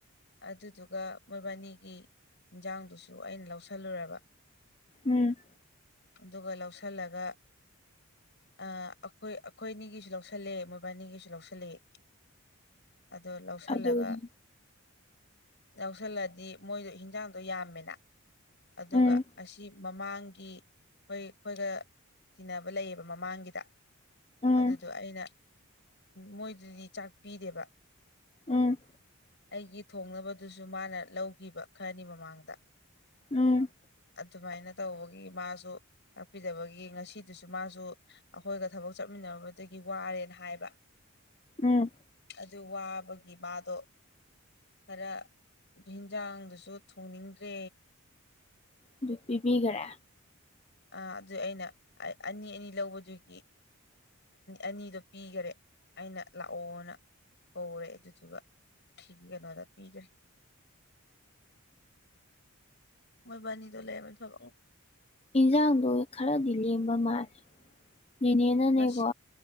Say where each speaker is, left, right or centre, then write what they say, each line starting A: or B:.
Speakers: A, on the left; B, on the left.
A: ꯑꯗꯨꯗꯨꯒ ꯃꯣꯏꯕꯥꯅꯤꯒꯤ ꯏꯟꯖꯥꯡꯗꯨꯁꯨ ꯑꯩꯅ ꯂꯧꯁꯜꯂꯨꯔꯕ
B: ꯎꯝ
A: ꯑꯗꯨꯒ ꯂꯧꯁꯤꯜꯂꯒ ꯑꯩꯈꯣꯏ ꯑꯩꯈꯣꯏ ꯑꯅꯤꯒꯤꯁꯨ ꯂꯧꯁꯤꯜꯂꯦ ꯃꯣꯏꯕꯥꯅꯤꯒꯤꯁꯨ ꯂꯧꯁꯜꯂꯑꯦ ꯑꯗꯨ ꯂꯧꯁꯤꯜꯂꯒ
B: ꯑꯗꯨꯒ
A: ꯌꯥꯧꯁꯜꯂꯗꯤ ꯃꯣꯏꯗꯣ ꯍꯤꯟꯖꯥꯡꯗꯣ ꯌꯥꯝꯃꯦꯅ ꯑꯗꯨꯒ
B: ꯎꯝ
A: ꯑꯁꯤ ꯃꯃꯥꯡꯒꯤ ꯍꯣꯏ ꯑꯩꯈꯣꯏꯒ ꯇꯤꯟꯅꯕ ꯂꯩꯌꯦꯕ ꯃꯃꯥꯡꯒꯤꯗ
B: ꯎꯝ
A: ꯑꯗꯨꯗꯣ ꯑꯩꯅ ꯃꯣꯏꯗꯨꯗꯤ ꯆꯥꯛ ꯄꯤꯗꯦꯕ
B: ꯎꯝ
A: ꯑꯩꯒꯤ ꯊꯣꯡꯅꯕꯗꯨꯁꯨ ꯃꯥꯅ ꯂꯧꯈꯤꯕ ꯈꯔꯅꯤ ꯃꯃꯥꯡꯗ
B: ꯎꯝ
A: ꯑꯗꯨꯃꯥꯏꯅ ꯇꯧꯕꯒꯤ ꯃꯥꯁꯨ ꯇꯥꯛꯄꯤꯗꯕꯒꯤ ꯉꯁꯤꯗꯨꯁꯨ ꯃꯥꯁꯨ ꯑꯩꯈꯣꯏꯒ ꯊꯕꯛ ꯆꯠꯃꯤꯟꯅꯕꯗꯒꯤ ꯋꯥꯔꯦꯅ ꯍꯥꯏꯕ
B: ꯎꯝ
A: ꯑꯗꯨ ꯋꯥꯕꯒꯤ ꯃꯥꯗꯣ ꯈꯔ ꯍꯟꯖꯥꯡꯗꯨꯁꯨ ꯊꯣꯡꯅꯤꯡꯗ꯭ꯔꯦ
B: ꯑꯗꯨ ꯄꯤꯕꯤꯈꯔꯦ
A: ꯑ ꯑꯗꯨ ꯑꯩꯅ ꯑꯅꯤ ꯑꯅꯤ ꯂꯧꯕꯗꯨꯒꯤ ꯑꯅꯤꯗꯣ ꯄꯤꯈꯔꯦ ꯑꯩꯅ ꯂꯥꯛꯑꯣꯅ ꯍꯧꯔꯦ ꯑꯗꯨꯗꯨꯒ ꯁꯤꯒꯤ ꯀꯩꯅꯣꯗ ꯄꯤꯈ꯭ꯔꯦ <unintelligible> ꯃꯣꯏꯕꯥꯅꯤꯗꯣ ꯂꯩꯔꯝꯃꯦ ꯊꯕꯛ
B: ꯏꯟꯁꯥꯡꯗꯣ ꯈꯔꯗꯤ ꯂꯦꯝꯕ ꯃꯥꯜꯂꯦ ꯦꯅꯦꯅꯅꯦꯀꯣ
A: ꯉꯁꯤ